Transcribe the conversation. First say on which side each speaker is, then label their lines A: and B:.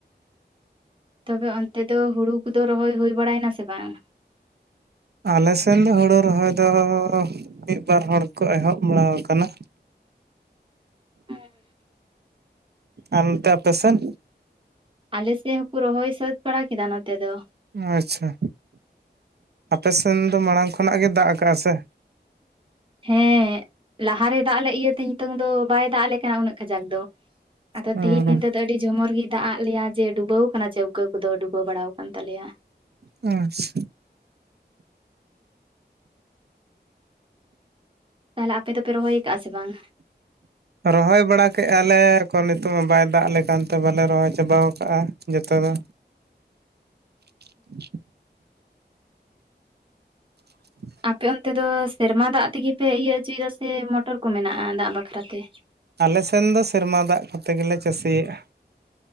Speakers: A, on the right; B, on the right.
A: ᱛᱚᱵᱮ ᱚᱱᱛᱮ ᱫᱚ ᱦᱩᱲᱩ ᱠᱚᱫᱚ ᱨᱚᱦᱚᱭ ᱦᱩᱭ ᱵᱟᱲᱟᱭᱮᱱᱟ ᱥᱮ ᱵᱟᱝ?
B: ᱟᱞᱮ ᱥᱮᱱᱫ ᱫᱚ ᱦᱩᱲᱩ ᱨᱚᱦᱚᱭ ᱫᱚᱼᱼ ᱢᱤᱫ ᱵᱟᱨ ᱦᱚᱲ ᱠᱚ ᱮᱦᱚᱵ ᱵᱟᱲᱟᱣ ᱟᱠᱟᱱᱟ᱾
A: ᱦᱮᱸ
B: ᱟᱨ ᱚᱱᱛᱮ ᱟᱯᱮᱥᱮᱱ?
A: ᱟᱞᱮ ᱥᱮᱫ ᱦᱚᱸᱠᱚ ᱨᱚᱦᱚᱭ ᱥᱟᱹᱛ ᱵᱟᱲᱟ ᱠᱮᱫᱟ ᱱᱚᱛᱮ ᱫᱚ᱾
B: ᱟᱪᱪᱷᱟ᱾ ᱟᱯ ᱥᱮᱱ ᱫᱚ ᱢᱟᱲᱟᱝ ᱠᱷᱚᱱᱟᱜ ᱜᱮ ᱫᱟᱜ ᱟᱠᱟᱜᱼᱟ ᱥᱮ᱾
A: ᱦᱮᱸ᱾ ᱞᱟᱦᱟᱨᱮ ᱫᱟᱜ ᱞᱮ ᱤᱭᱟᱹᱛᱮ, ᱱᱤᱛᱚᱝ ᱫᱚ ᱵᱟᱭ ᱫᱟᱜ ᱟᱞᱮ ᱠᱟᱱᱟ ᱩᱱᱟᱹᱜ ᱠᱟᱡᱟᱠ ᱫᱚ᱾ ᱟᱫᱚ
B: ᱦᱩᱸ
A: ᱛᱮᱤᱦᱮᱧ ᱧᱤᱫᱟᱹ ᱫᱚ ᱟᱹᱰᱤ ᱡᱷᱚᱢᱚᱨ ᱜᱮᱭ ᱫᱟᱜ ᱟᱫ ᱞᱮᱭᱟ ᱡᱮ ᱰᱩᱵᱟᱹᱣ ᱟᱠᱟᱱᱟ ᱪᱮᱣᱠᱟᱹ ᱠᱚᱫᱚ ᱰᱩᱵᱟᱹᱣ ᱵᱟᱲᱟᱫᱟᱼᱼ ᱠᱟᱱ ᱛᱟᱞᱮᱭᱟ᱾
B: ᱟᱪᱪᱷᱟ᱾
A: ᱛᱟᱦᱚᱞᱮ ᱟᱯᱮ ᱫᱚᱯᱮ ᱨᱚᱦᱚᱭ ᱟᱠᱟᱫᱼᱟ ᱥᱮ ᱵᱟᱝ?
B: ᱨᱚᱦᱚᱭ ᱵᱟᱲᱟ ᱠᱮᱫᱼᱟ ᱞᱮ ᱮᱠᱷᱚᱱ ᱱᱤᱛᱳ ᱢᱟ ᱵᱟᱭ ᱫᱟᱜ ᱟᱞᱮᱠᱟᱱᱛᱮ ᱵᱟᱞᱮ ᱨᱚᱦᱚᱭ ᱪᱟᱵᱟᱣ ᱠᱟᱜᱼᱟ ᱡᱚᱛᱚ ᱫᱚ᱾ <inaudible> <inaudible>
A: ᱟᱯᱮ ᱚᱱᱛᱮ ᱫᱚ ᱥᱮᱨᱢᱟ ᱫᱟᱜ ᱛᱮᱜᱮ ᱯᱮ ᱤᱭᱟᱹ ᱦᱚᱪᱚᱭᱮᱫᱟ ᱥᱮ, ᱢᱚᱴᱚᱨ ᱠᱚ ᱢᱮᱱᱟᱜᱼᱟ ᱫᱟᱜ ᱵᱟᱠᱷᱨᱟ ᱛᱮ?
B: ᱟᱞᱮ ᱥᱮᱱ ᱫᱚ ᱥᱮᱨᱢᱟ ᱫᱟᱜ ᱠᱚᱛᱮ ᱜᱮᱞᱮ ᱪᱟᱹᱥᱤᱭᱟᱜᱼᱟ᱾